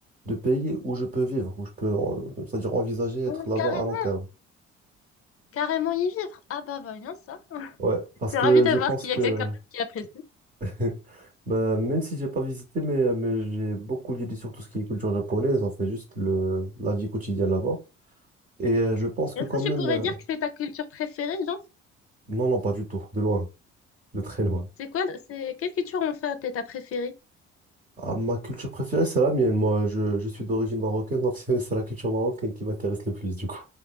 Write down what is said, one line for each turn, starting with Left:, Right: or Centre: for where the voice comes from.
Right: de pays où je peux vivre, où je peux, euh, c'est-à-dire envisager être
Left: Ah,
Right: là-bas
Left: Carrément,
Right: à long terme.
Left: carrément y vivre. Ah bah bah, voyons ça. Je
Right: Ouais, parce
Left: suis
Right: que
Left: ravie de
Right: je
Left: voir
Right: pense
Left: qu'il
Right: que...
Left: y a quelqu'un d'autre qui apprécie.
Right: <laughs> Bah, même si j'ai pas visité, mais, euh, mais j'ai beaucoup d'idées sur tout ce qui est culture japonaise, en fait, juste le, la vie quotidienne là-bas. Et euh, je pense
Left: Est-ce
Right: que quand
Left: que
Right: même,
Left: tu pourrais
Right: euh,
Left: dire que c'est ta culture préférée, genre?
Right: non, non, pas du tout, de loin, de très loin.
Left: C'est quoi, c'est quelle culture en fait est ta préférée?
Right: Ah, ma culture préférée, c'est la mienne. Moi, je, je suis d'origine marocaine, donc <laughs> c'est c'est la culture marocaine qui m'intéresse le plus, du coup.